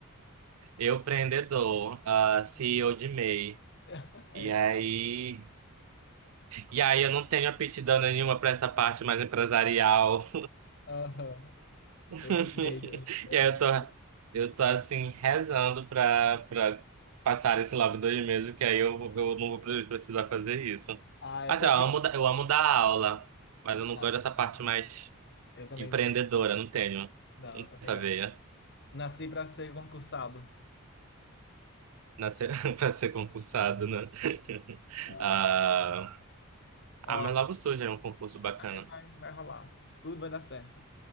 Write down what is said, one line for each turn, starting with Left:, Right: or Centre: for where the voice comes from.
Right: eu empreendedor, a CEO de MEI.
Left: <laughs> Exato.
Right: E aí, e aí eu não tenho aptidão nenhuma para essa parte mais empresarial
Left: Aham.
Right: <laughs>
Left: Eu odeio, odeio.
Right: E aí eu tô, eu tô assim, rezando pra, pra passar esse logo dois meses, que aí eu, eu não vou pre- precisar fazer isso.
Left: Ah, é
Right: Assim,
Left: terrível.
Right: ó, eu amo, da- eu amo dar aula, mas eu não
Left: Não,
Right: gosto dessa parte mais
Left: eu também
Right: empreendedora,
Left: não.
Right: não tenho
Left: Não, eu também
Right: essa
Left: não.
Right: veia
Left: Nasci pra ser concursado.
Right: nascer, <laughs> pra ser concursado, né? <laughs>
Left: Ah.
Right: Ah,
Left: Ó,
Right: ah, mas logo surge aí um concurso bacana.
Left: vai, vai, vai rolar. Tudo vai dar certo.